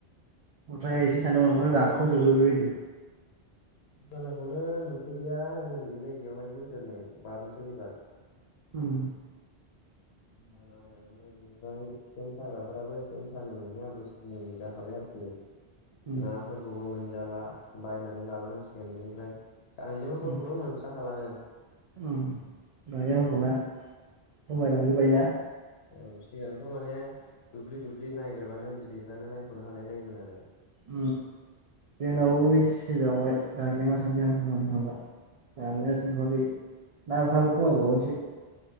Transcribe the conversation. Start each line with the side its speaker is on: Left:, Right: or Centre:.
Right: ओमफ्राय <unintelligible> राखावजोबो बेबायदि
Left: बोलोखौनो नुफेरिया जोंनि बे जायगायावहाय बोसोरनै बारनोसै एबार
Right: उम
Left: <unintelligible> फ्राय सेन साग्राफोराबो सेन सानो मैया बोसोरनै जाखाबाय आरोखि
Right: उम
Left: नाफोरखौबो मोनजाला बायनानै लाबोनांसिगोन बेनिफ्राय गांजेमाफोरखौथ'
Right: उम
Left: मोनस्राखालानो
Right: उम गांजेमाफोरखौ ना खमायलांजोब्बाय ना
Left: औ सिगांथ' माने दुब्लि दुब्लि नायगिरबानो बिदैफ्रानो नायख'नो हालाय लायिमोन आरो
Right: <unintelligible> गामनाय सिंखरि नाफ्राबो खमायबावावसो।